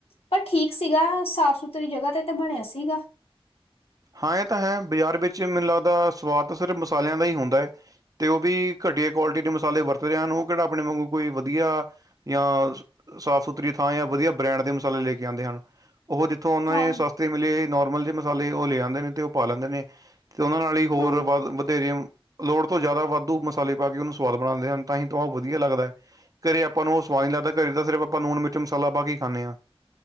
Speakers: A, on the left; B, on the right.
A: ਪਰ ਠੀਕ ਸੀਗਾ ਸਾਫ਼ ਸੁਥਰੀ ਜਗ੍ਹਾ ਤੇ ਤਾਂ ਬਣਿਆ ਸੀਗਾ
B: ਹਾਂ ਇਹ ਤਾਂ ਹੈ ਬਾਜ਼ਾਰ ਵਿੱਚ ਮੈਨੂੰ ਲੱਗਦਾ ਸਵਾਦ ਸਿਰਫ ਮਸਾਲਿਆਂ ਦਾ ਹੀ ਹੁੰਦਾ ਹੈ ਤੇ ਉਹ ਵੀ ਘਟੀਆ ਕੁਆਲਿਟੀ ਦੇ ਮਸਾਲੇ ਵਰਤ ਰਹੈਨ ਉਹ ਕਿਹੜਾ ਆਪਣੇ ਵਾਂਗੂ ਕੋਈ ਵਧੀਆ ਯਾਂ ਸਾਫ਼ ਸੁਥਰੀ ਥਾਂ ਯਾਂ ਵਧੀਆ ਬ੍ਰੈਂਡ ਦੇ ਮਸਾਲੇ ਲੈ ਕੇ ਆਂਦੇ ਹਨ ਉਹ ਜਿੱਥੋਂ ਉਹਨਾਂ
A: ਹਾਂ
B: ਨੇ ਸਾਸ ਤੇ ਮਿਲੇ ਨੋਰਮਲ ਜੇ ਮਸਾਲੇ ਉਹ ਲੈ ਆਉਂਦੇ ਨੇ ਤੇ ਉਹ ਪਾ ਲੈਂਦੇ ਨੇ ਤੇ ਉਹਨਾਂ ਨਾਲ ਹੀ ਹੋਰ
A: ਹਾਂ
B: ਵਧ ਵਧੇਰੇ ਲੋੜ ਤੋਂ ਜ਼ਿਆਦਾ ਵਾਧੂ ਮਸਾਲੇ ਪਾ ਕੇ ਉਹਨੂੰ ਸਵਾਦ ਬਣਾਂਦੇ ਹਨ ਤਾਂ ਹੀ ਤਾਂ ਉਹ ਵਧੀਆ ਲੱਗਦੈ ਘਰੇ ਆਪਾਂ ਨੂੰ ਉਹ ਸਵਾਦ ਨੀ ਲੱਗਦਾ ਘਰੇ ਤਾਂ ਸਿਰਫ ਆਪਾਂ ਮਿਰਚ ਮਸਾਲਾ ਪਾ ਕੇ ਖਾਂਨੇ ਹਾਂ